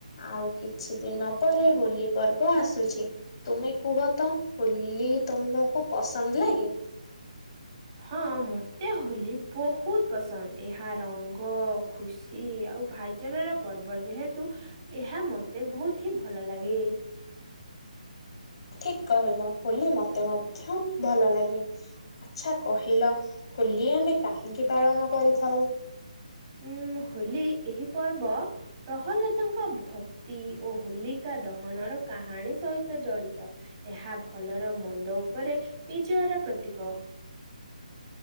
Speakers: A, on the left; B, on the right.
A: ଆଉ କିଛି ଦିନ ପରେ ହୋଲି ପର୍ବ ଆସୁଛି। ତୁମେ କୁହ ତ ହୋଲି ତୁମକୁ ପସନ୍ଦ୍ ଲାଗେ?
B: ହଁ ମତେ ହୋଲି ବହୁତ୍ ପସନ୍ଦ ଏହା ରଙ୍ଗ ଖୁସି ଆଉ ଭାଇ ଚାରର ପର୍ବ ଯେହେତୁ ଏହା ମୋତେ ବହୁତ ହିଁ ଭଲ ଲାଗେ।
A: ଠିକ୍ କହିଲ ହୋଲି ମତେ ମଧ୍ୟ ଭଲ ଲାଗେ। ଆଛା କହିଲ ହୋଲି ଆମେ କାହିଁକି ପାଳନ କରିଥାଉ?
B: ଉଁ ହୋଲି ଏହି ପର୍ବ ପ୍ରହ୍ଲାଦଙ୍କ ଭକ୍ତି ଓ ହୋଲିକା ଦହନର କାହାଣୀ ସହିତ ଜଡ଼ିତ। ଏହା ଭଲର ମନ୍ଦ ଉପରେ ପିଜୟର ପ୍ରତୀକ।